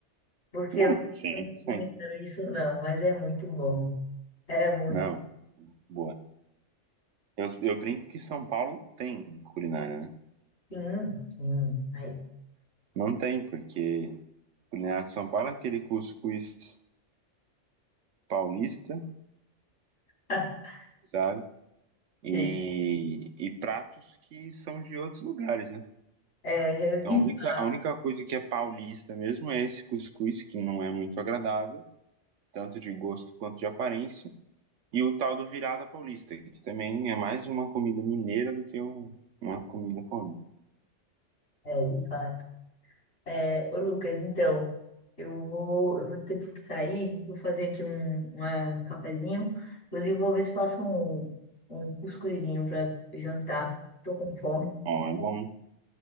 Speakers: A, on the left (about 60°); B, on the right (about 80°).
A: Porque
B: Não,
A: eu
B: 100%.
A: não inventaram isso, não, mas é muito bom. É muito.
B: Não, boa. Eu, eu brinco que São Paulo não tem culinária, né?
A: Sim, sim. Aí.
B: Não tem, porque culinária de São Paulo é aquele cuscuz paulista,
A: <laughs>
B: sabe? e,
A: Sim.
B: e pratos que são de outros lugares, né?
A: É,
B: Então,
A: de
B: a
A: fato,
B: única, a única coisa que é paulista mesmo é esse cuscuz, que não é muito agradável, tanto de gosto quanto de aparência, e o tal do virada paulista, que também é mais uma comida mineira do que um- uma comida paulista.
A: é, de fato. É, ô Lucas, então, eu vou, eu vou ter que sair, vou fazer aqui um, uma- um cafezinho. Inclusive, vou ver se faço um, um cuscuzinho para jantar. Tô com fome.
B: Ó, é bom.